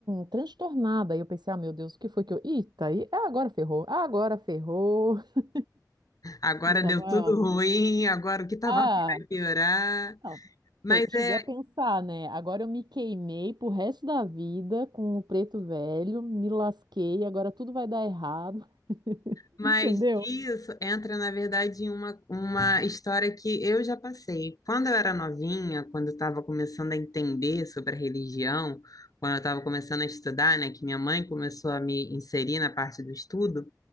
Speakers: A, on the right; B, on the left.
A: transtornada. E eu pensei, ah, meu Deus, o que foi que eu. Eita, aí, ah, agora ferrou, ah, agora ferrou. <laughs>
B: Agora
A: Eu tava.
B: deu tudo
A: mo-
B: ruim, agora o que estava
A: Ah,
B: vindo vai piorar.
A: não.
B: Mas
A: Pe- Cheguei
B: é.
A: a pensar, né? Agora eu me queimei pro resto da vida com o preto velho, me lasquei, agora tudo vai dar errado, <laughs>
B: Mas
A: entendeu?
B: isso entra, na verdade, em uma, uma história que eu já passei. Quando eu era novinha, quando eu estava começando a entender sobre a religião, quando eu estava começando a estudar, né, que minha mãe começou a me inserir na parte do estudo,